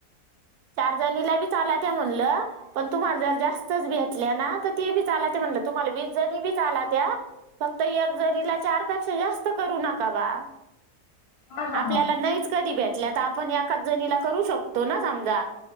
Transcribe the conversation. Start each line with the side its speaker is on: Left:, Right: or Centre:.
Right: चार जणीला बी चालते म्हणलं. पण तुम्हाला जर जास्तच भेटल्या ना तर ते बी चालतं म्हणलं तुम्हाला वीस जणी बी चालत्या फक्त एक जणीला चारपेक्षा जास्त करू नका बा.
Left: हा हा
Right: आपल्याला
Left: हा
Right: नाहीच कधी भेटल्या तर आपण एकाच जणीला करू शकतो ना समजा